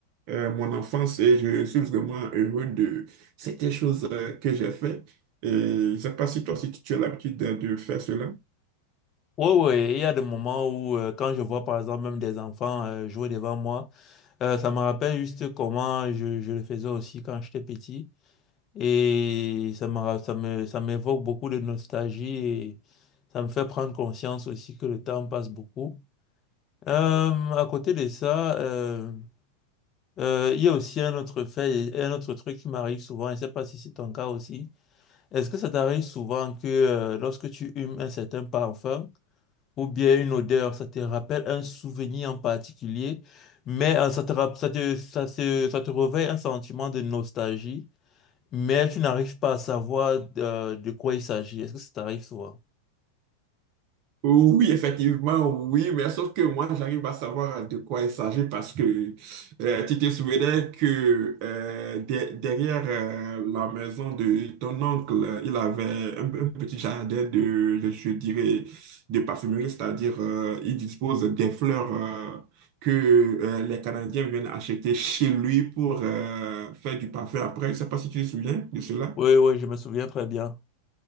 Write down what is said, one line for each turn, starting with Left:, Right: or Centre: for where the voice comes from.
Right: euh, mon enfance et je suis vraiment heureux de certaines choses euh, que j'ai faites. Et je ne sais pas si toi, si tu tu as l'habitude de, de faire cela.
Left: Oui, oui. Il y a des moments où, euh, quand je vois par exemple même des enfants euh, jouer devant moi, euh, ça me rappelle juste comment je, je le faisais aussi quand j'étais petit. Et ça me, ra- ça me, ça m'évoque beaucoup de nostalgie et ça me fait prendre conscience aussi que le temps passe beaucoup. Euh, à côté de ça, euh, euh, il y a aussi un autre fait et un autre truc qui m'arrive souvent, et je ne sais pas si c'est ton cas aussi. Est-ce que ça t'arrive souvent que euh, lorsque tu humes un certain parfum ou bien une odeur, ça te rappelle un souvenir en particulier, mais euh, ça te, rap- ça te, ça se- ça te réveille un sentiment de nostalgie? mais tu n'arrives pas à savoir euh, de, quoi il s'agit. Est-ce que ça t'arrive souvent?
Right: Oui, effectivement, oui, mais sauf que moi, j'arrive à savoir de quoi il s'agit parce que euh, tu te souvenais que euh, de- derrière euh, la maison de ton oncle, euh, il avait un, un petit jardin de, je, je dirais, de parfumerie, c'est-à-dire euh, il dispose des fleurs euh, que euh, les Canadiens viennent acheter chez lui pour euh, faire du parfum après. Je ne sais pas si tu te souviens de cela.
Left: Oui, oui, je me souviens très bien.